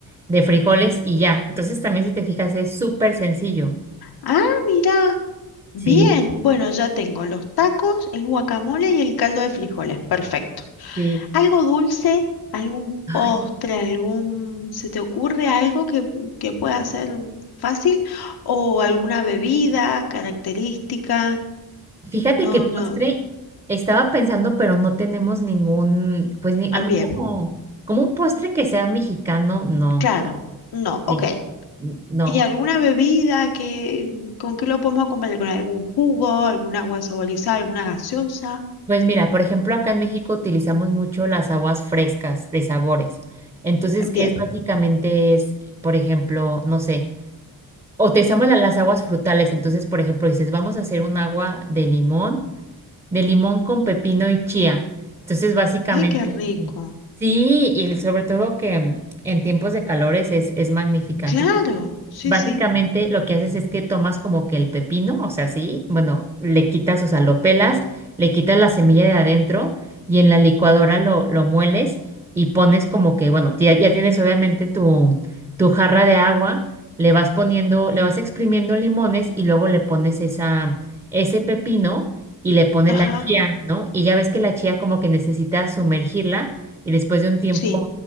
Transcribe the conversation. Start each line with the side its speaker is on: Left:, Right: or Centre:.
Right: de frijoles y ya. Entonces también si te fijas es súper sencillo.
Left: Ah, mira. Bien.
Right: Sí,
Left: Bueno, ya tengo los tacos, el guacamole y el caldo de frijoles. Perfecto.
Right: sí.
Left: Algo dulce, algún
Right: Ay,
Left: postre, algún... ¿Se te ocurre algo que, que pueda ser fácil? ¿O alguna bebida característica?
Right: fíjate
Left: No,
Right: que postre
Left: no.
Right: estaba pensando, pero no tenemos ningún, pues ni
Left: ah,
Right: algún
Left: Bien,
Right: como, como un postre que sea mexicano, no.
Left: claro. No,
Right: Sí,
Left: ok.
Right: n- no.
Left: ¿Y alguna bebida que, con qué lo podemos acompañar? ¿Con algún jugo, algún agua saborizada, alguna gaseosa?
Right: Pues mira, por ejemplo, acá en México utilizamos mucho las aguas frescas de sabores. Entonces,
Left: Bien.
Right: que es básicamente es, por ejemplo, no sé, utilizamos la- las aguas frutales. Entonces, por ejemplo, dices, vamos a hacer un agua de limón, de limón con pepino y chía. Entonces, básicamente,
Left: Ay, qué rico.
Right: sí, Sí, y sobre todo que mm, en tiempos de calores es, es magnífica.
Left: Claro, sí,
Right: Básicamente
Left: sí.
Right: lo que haces es que tomas como que el pepino, o sea, sí, bueno, le quitas, o sea, lo pelas, le quitas la semilla de adentro y en la licuadora lo, lo mueles y pones como que, bueno, ya, ya tienes obviamente tu, tu jarra de agua, le vas poniendo, le vas exprimiendo limones y luego le pones esa, ese pepino y le pones
Left: Ajá,
Right: la chía, ¿no? Y ya ves que la chía como que necesita sumergirla y después de un tiempo,
Left: sí.